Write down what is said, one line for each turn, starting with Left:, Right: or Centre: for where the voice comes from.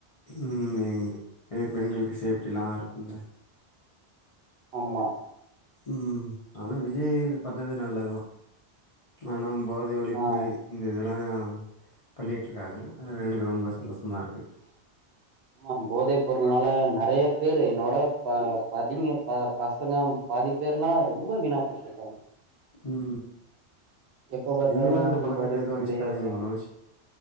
Left: ம் நெறய பெண்களுக்கு சேஃப்டிலா இருக்கும்ல
Right: ஆமா
Left: ம் ஆனா விஜய் இது பண்ணது நல்லதுதா ஆனா போதை ஒழிப்பு
Right: ஆ
Left: இந்த இதெலா பண்ணிட்ருக்காங்க அதுல எனக்கு ரொம்ப சந்தோஷமா இருக்கு
Right: ஆமா போதைப் பொருள்னால நெறைய பேரு என்னோட ப பதின ப பசங்க பாதிப்பேர்லா ரொம்ப வீணாப்போய்ட்ருக்காங்க
Left: ம்
Right: எப்ப பாத்தாலு
Left: நீங்கல்லா அந்த பழக்கத்த
Right: போதை
Left: எது
Right: பொருள்லயே
Left: வெச்சுக்காதிங்க
Right: இருக்காங்க
Left: மனோஜ்